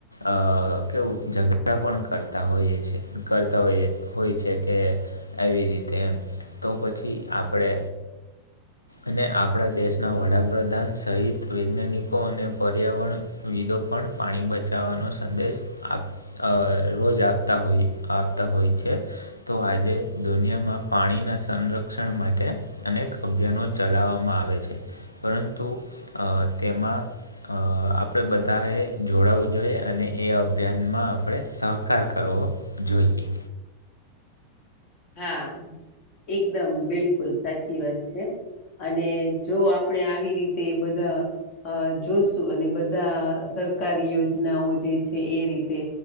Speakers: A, on the left (about 85°); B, on the left (about 40°).
A: અ કેવું ઝઘડા પણ કરતા હોઈએ છે કરતા હોય હોય છે કે. એવી રીતે એમ તો પછી આપણે અને આપણા દેશના વડાપ્રધાન સહિત વૈજ્ઞાનિકો અને પર્યાવરણ વિદો પણ પાણી બચાવવાનો સંદેશ આપ અ રોજ આપતા હોય આપતા હોય છે. તો આજે દુનિયામાં પાણીના સંરક્ષણ માટે અનેક અભિયાનો. ચલાવવામાં આવે છે પરંતુ અ તેમાં. અ આપણે બધાએ જોડાવું જોઈએ અને એ અભિયાનમાં આપણે સહકાર કરવો. જોઈએ.
B: હા એકદમ બિલકુલ સાચી વાત છે. અને જો આપણે આવી રીતે બધા. અ જોશું અને બધા સરકારી યોજનાઓ જે છે એ રીતે.